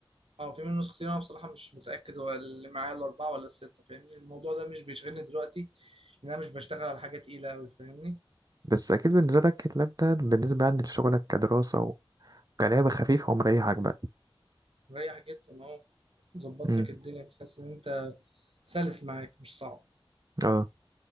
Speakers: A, on the right (about 85°); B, on the right (about 40°).
A: اه في منه نسختين انا بصراحه مش متاكد هو اللي معايا الاربعه ولا السته فاهمني الموضوع ده مش بيشغلني دلوقتي لان انا مش بشتغل على حاجه تقيله قوي فاهمني
B: بس أكيد بالنسبة لك اللاب ده بالنسبة يعني لشغلك كدراسة كلعبة خفيفة ومريحة عجبة
A: مريح جدا اهو ظبط
B: امم
A: لك الدنيا بتحس ان انت سلس معاك مش صعب
B: اه